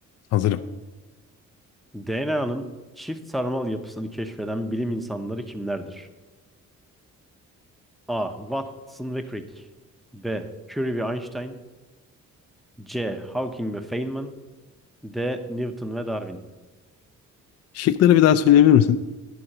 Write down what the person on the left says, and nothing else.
Hazırım.
Şıkları bir daha söyleyebilir misin?